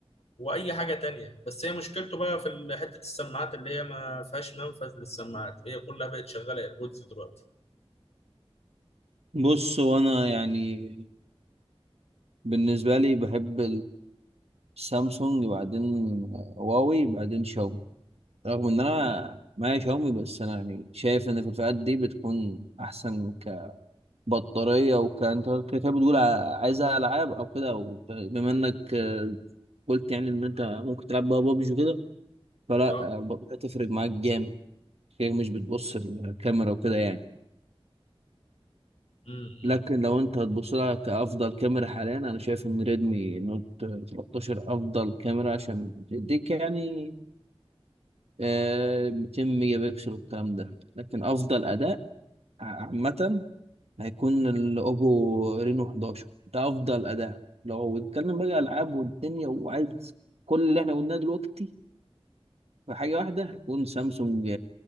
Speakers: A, on the left; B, on the right.
A: وأي حاجة تانية بس هي مشكلته بقى في ال- حتة السماعات اللي هي ما فيهاش منفذ للسماعات هي كلها بقت شغالة ايربودز دلوقتي
B: بص هو انا يعني بالنسبة لي بحب السامسونج بعدين هواوي بعدين شاومي رغم ان انا معايا شاومي بس انا يعني شايف ان في الفئات دي بتكون احسن كبطارية وكانت كده بتقول ع- عايزها العاب او كده او بما انك آه، قلت يعني ان انت ممكن تلعب بقى بابجي وكده فلا
A: اه
B: البطارية تفرق معاك جامد هي مش بتبص الكاميرا وكده يعني
A: امم
B: لكن لو انت هتبص لها كأفضل كاميرا حاليا انا شايف ان ريدمي نوت 13 افضل كاميرا عشان تديك يعني آه، 200 ميجا بكسل والكلام ده لكن افضل اداء عامة هيكون الاوبو رينو 11 ده افضل اداء لو بنتكلم بقى العاب والدنيا وعايز كل اللي احنا قلناه دلوقتي في حاجه واحده هيكون سامسونج